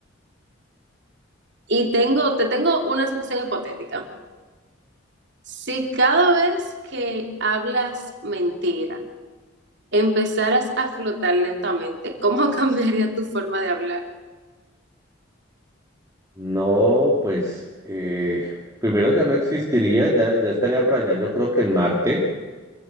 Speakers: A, on the right; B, on the right.
A: Y tengo, te tengo una situación hipotética. Si cada vez que hablas mentira, empezaras a flotar lentamente, ¿cómo <laughs> cambiaría tu forma de hablar?
B: No, pues eh, primero ya no existiría, ya, ya estaría por allá, yo creo que en Marte,